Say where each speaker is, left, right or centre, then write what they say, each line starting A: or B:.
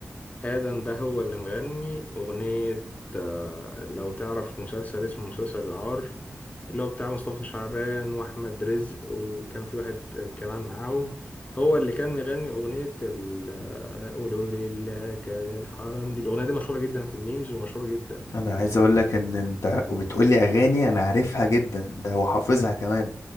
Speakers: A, on the left; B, on the left.
A: آدم ده هو اللي مغني أغنية آه، لو تعرف مسلسل اسمه مسلسل العار اللي هو بتاع مصطفى شعبان واحمد رزق وكان في واحد كمان معاهم هو اللي كان مغني اغنيه ال- آه، قولوا لله كده الحرام دي الاغنيه دي مشهوره جدا في الميمز ومشهوره جدا يعني
B: انا عايز اقول لك ان انت وبتقول لي اغاني انا عارفها جدا ده وحافظها كمان